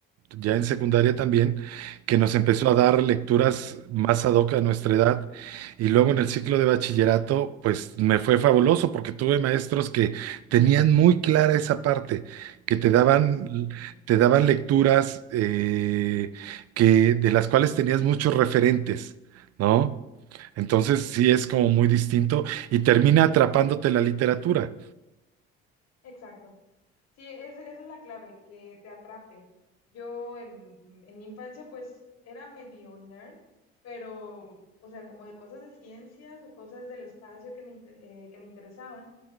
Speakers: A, on the right; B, on the left.
A: ya en secundaria también, que nos
B: ya.
A: empezó a dar lecturas más ad hoc a nuestra edad. Y luego en el ciclo de bachillerato, pues me fue fabuloso porque tuve maestros que tenían muy clara esa parte, que te daban,
B: Ah, sí.
A: te daban lecturas eh, que, de las cuales tenías muchos referentes, ¿no? Entonces sí es como muy distinto y termina atrapándote la literatura,
B: Exacto. Sí, es- esa es la clave, que te atrape. Yo en, en mi infancia pues era medio nerd, pero, o sea, como de cosas de ciencias o cosas del espacio que me, inte- eh, que me interesaban.